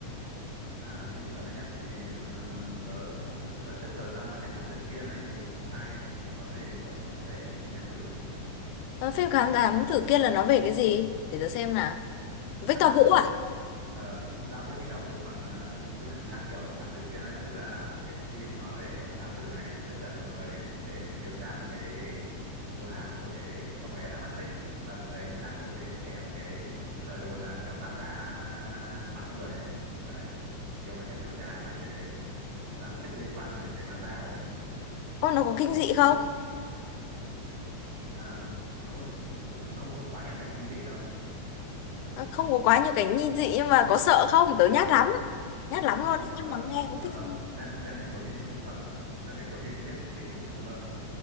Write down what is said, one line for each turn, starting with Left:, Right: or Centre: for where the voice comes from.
Right: À phim gần đây nhất thì ờ, tớ đợt trước vừa ra ngoài xem Thám Tử Kiên ấy thì cũng hay thì có gì cậu cũng có thể đi xem thử.
Left: Ờ, phim Khám Thám Tử kia là nó về cái gì? Để tớ xem nào. Victor
Right: À
Left: Vũ
Right: Thám Tử
Left: à?
Right: Kiên đạo diễn Victor Vũ còn ờ, ông diễn viên còn khác kiểu là Thám Tử Kiên ấy tức là cái phim nói về cái ông thám tử này tức là được mời đến để điều tra một cái vụ án của cái con bé đã mất tích và vùng đấy cũng đang nổi lên kiểu cái lời đồn là kiểu ma da à, bắt người ấy. Đấy. Thì ông ấy sẽ điều tra về cái vụ án mất tích liên quan đến cái ma da đấy.
Left: Ô, nó có kinh dị không?
Right: À, không cũng không có quá nhiều cảnh kinh dị đâu
Left: Ờ, Không có quá nhiều cảnh nghi dị nhưng mà có sợ không? Tớ nhát lắm. Nhát lắm
Right: không
Left: luôn đấy,
Right: không sợ
Left: nhưng
Right: đâu
Left: mà
Right: không
Left: nghe
Right: không
Left: cũng
Right: sợ
Left: thích
Right: đâu
Left: xem.
Right: xem xem đến cuối phim thì không sợ nữa xem đến cuối phim biết kết cục thì không sợ